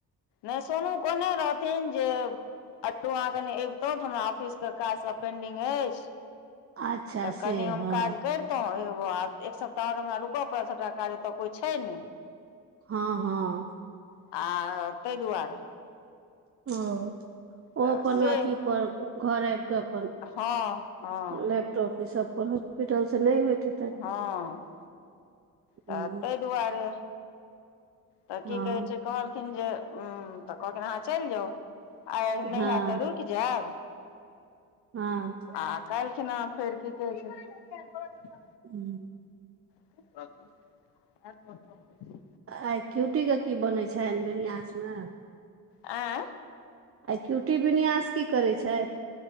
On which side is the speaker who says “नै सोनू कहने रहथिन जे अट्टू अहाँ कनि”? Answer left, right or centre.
Left